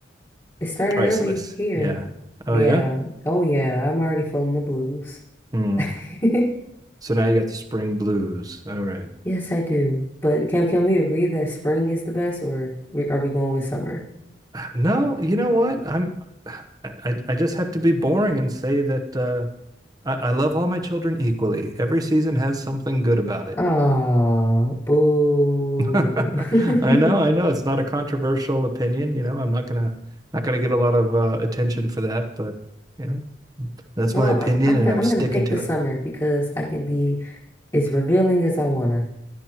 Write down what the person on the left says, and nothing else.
It started
early here.
Yeah.
Oh yeah, I'm already feeling the blues.
<laughs>
Yes, I do. But can can we agree that spring is the best or we, are we going with summer?
Oh, boo.
<laughs>
Well,
I- I'm go-
I'm
gonna pick
the summer
because I can be as revealing as I wanna.